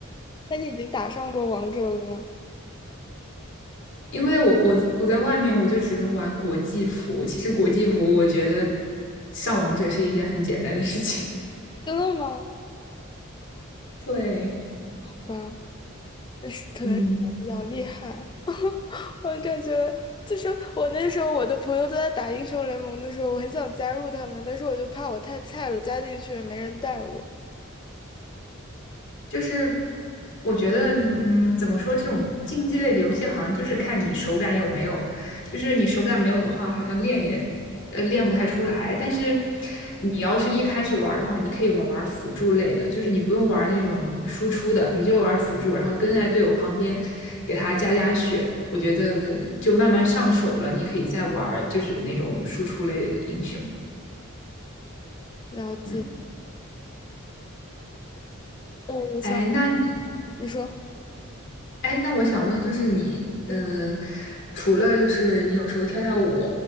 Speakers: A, on the left; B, on the left.
A: 那你已经打上过王者了吗？
B: 因为我我我在外面我就只能玩国际服，其实国际服我觉得上王者是一件很简单的事情。
A: 真的吗？
B: <laughs> 对，
A: 啊，那是可能是比较厉害。
B: 嗯。
A: 我感觉就是我那时候我的朋友都在打英雄联盟的时候，我很想加入他们，但是我就怕我太菜了，加进去也没人带我。
B: 就是我觉得，嗯，怎么说，这种竞技类的游戏好像就是看你手感有没有，就是你手感没有的话，好像练也呃练不太出来。但是你要是一开始玩儿的话，你可以玩儿辅助类的，就是你不用玩儿那种输出的，你就玩儿辅助，然后跟在队友旁边给他加加血。我觉得就慢慢上手了，你可以再玩儿就是那种输出类的英雄。
A: 了解，
B: 嗯，
A: 哦，我想
B: 哎，那你
A: 你说，
B: 哎，那我想问，就是你，呃，除了就是你有时候跳跳舞，